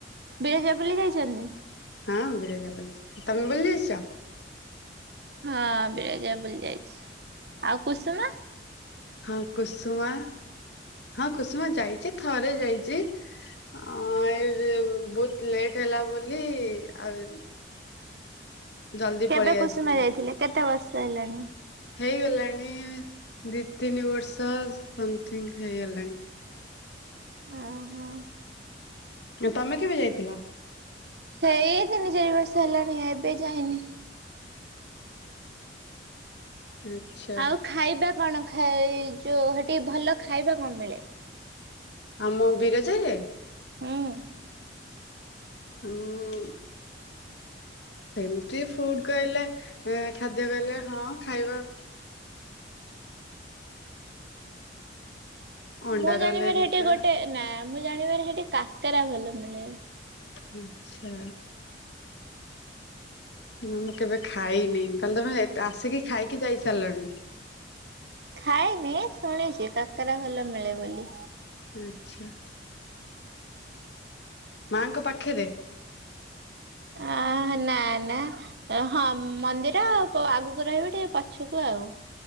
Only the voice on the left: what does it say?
ହଁ ବିିରଜା ବୁଲୁଚି ତମେ ବୁଲି ଆସଚ?
ହଁ କୁସୁମା ହଁ କୁସୁମା ଯାଇଚି ଥରେ ଯାଇଚି। ହଁ ଏ ଯୋଉ ବୋହୁତ ଲେଟ ହେଲା ବୋଲି ଆଉ ଜଲଦି
ପଳେଇ
ଆସିଲି
ହେଇଗଲାଣି ଦିଇତିନି ବର୍ଷ ସମଥିଙ୍ଗ ହେଇଗଲାଣି।
ନା ତମେ କେବେ ଯାଇଥିଲ?
ଆଚ୍ଛା।
ଆମ ବିରଜାରେ?
ହୁଁ। ସେମତି ଫୁଡ କହିଲେ ଖାଦ୍ୟ କହିଲେ ହଁ ଖାଇବା ଅଣ୍ଡା
ରୋଲ ହେରିକା
ଆଚ୍ଛା। ନା ମୁଁ କେବେ ଖାଇନି କହିଲେ ତମେ ଆସିକି ଖାଇକି ଯାଇ ସାରଲଣି।
ଆଚ୍ଛା। ମାଆଙ୍କ ପାଖେରେ?